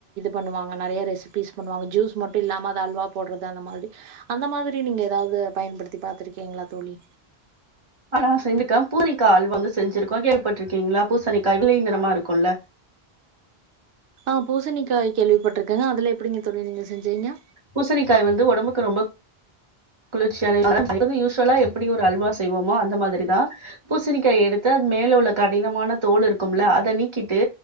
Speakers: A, on the right; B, on the right.
A: பண்ணுவாங்க நைய ரெசிபிஸ்வா ஜுஸ் மட்டும் இல்லாம அல்வா போடுறது அந்த மாதிரி அந்த மாதிரி நீங்க ஏதாவது பயன்படுத்தி பா்த்திருக்கீங்களா தோழி
B: ஆனா செஞ்சுட்டேம் பூசனிக்கா அல்வா வந்து செஞ்சிருக்கோ பட்டிருக்கீங்களா பூசணிக்காய் வெள்ளை நிறமா இருக்கும்லல
A: ஆஹ் பூணிக்காய் கேள்விப்பட்டிருக்கேங்க அதுல எப்படிங்க தோழி நீங்க செஞ்சுயிருக்கிஞ்க
B: பூசணிக்காய் வந்து உடம்புக்கு ரொம்ப குளிர்ச்சியான யூசுவலா எப்படி ஒரு அல்வா செய்வோமோ அந்த மாதிரிதான் பூசணிக்காய் எடுத்து அது மேல உள்ள கடினமான தோல் இருக்கும்ல அதை நீக்கிட்டு